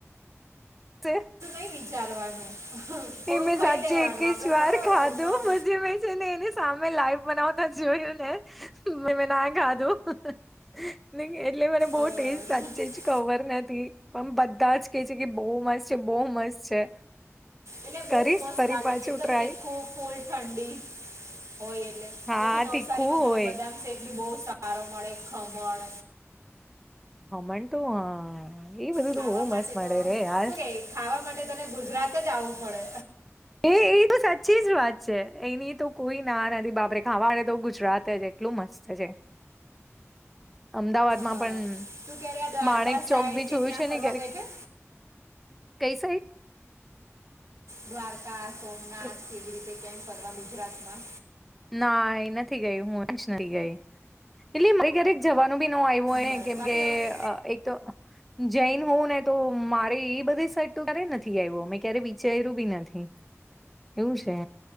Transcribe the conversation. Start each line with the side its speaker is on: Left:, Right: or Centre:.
Centre: તે
Right: એ નય વિચારવાનું થોડું
Centre: એ મેં
Right: ખાઈ
Centre: સાચી
Right: લેવાનું
Centre: એકસ
Right: આપણે
Centre: વાર
Right: થોડા
Centre: ખાથુ
Right: નોર
Centre: પછીમે ને એની સામે લાઈવ બનાવતા જોયું ને મે મે ના ખાધું ન એટલે મને બહ
Right: અર એટલે
Centre: ટેસ્ટ સાચે જ ખવર નથી પણ બધા જ કે છે કે બહુ મસ્ત છે બહુ મસ્ત છે.
Right: એટલે બહુ
Centre: કરીશ
Right: મસ્ત
Centre: ફરી
Right: લાગે
Centre: પાછું
Right: એમ એકદમ
Centre: ટ્રાય
Right: તીખું ફૂલ ઠંડી હોય એટલે
Centre: હા
Right: પછી નવસારીમાં
Centre: તીખું હોય
Right: તમે બદામ શેક બી બઉ સાર સારો મળે ખમણ
Centre: હમણ તું હા એ બધું
Right: ખાવા
Centre: તો બહુ
Right: માટે
Centre: મસ્ત મળે
Right: તો
Centre: રે યાર
Right: શું કે ખાવા માટે તને ગુજરાત જ આવું પડે
Centre: એ એ તો સાચી જ વાત છે એની તો કોઈ ના નથી બાપરે ખાવાડે તો ગુજરાત જ એટલું મસ્ત જ અમદાવાદમાં
Right: હા
Centre: પણ
Right: તું ક્યારે આ દ્વારકા
Centre: માણેક ચોક
Right: સાઈડ
Centre: બી
Right: કે
Centre: જોયું
Right: ત્યાં
Centre: છે ને
Right: ફરવા
Centre: ક્યારેક
Right: ગઈ છે
Centre: કઈ સાઈડ
Right: દ્વારકા સોમનાથ
Centre: કે
Right: કેવી રીતે ક કરવા ગુજરાતમાં
Centre: ના એ નથી ગય હું જ નથી ગઈ એટલે મરી ઘરે જવાનું બી ન આવ્યું હોયને
Right: બરાબર
Centre: કેમકે
Right: બાકી હવે
Centre: એક તો જૈન હોવં ને તો મારે એ બધી સટ ક્યારે નથી આવ્યો મેં ક્યારે વિચાર્યું બી નથી એવું છે